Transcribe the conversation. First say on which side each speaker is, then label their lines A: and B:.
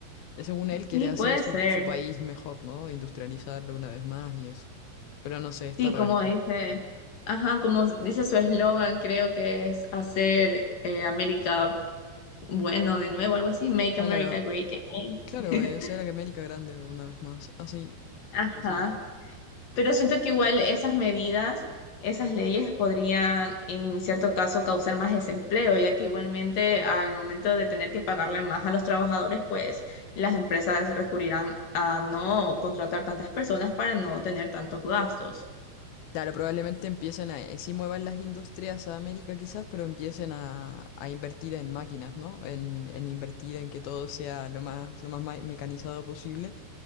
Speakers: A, on the left (about 70°); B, on the left (about 55°).
A: Eh, Según él quiere
B: sí,
A: hacer
B: puede
A: su,
B: ser.
A: su país mejor, ¿no? Industrializarlo una vez más y eso. Pero no sé, está
B: Sí,
A: rarito.
B: como dice, ajá, como dice su eslogan, creo que es hacer eh, América bueno de nuevo, algo así, Make
A: Ah,
B: America
A: Claro,
B: Great Again.
A: claro,
B: <laughs>
A: es hacer a que América grande una vez más. Así,
B: Ajá,
A: así es.
B: pero siento que igual esas medidas, esas leyes podrían en cierto caso causar más desempleo, ya que igualmente al momento de tener que pagarle más a los trabajadores, pues las empresas recurrirán a no contratar tantas personas para no tener tantos gastos.
A: Claro, probablemente empiecen a, eh, sí muevan las industrias a América quizás, pero empiecen a, a invertir en máquinas, ¿no? En, en invertir en que todo sea lo más, lo más ma- mecanizado posible.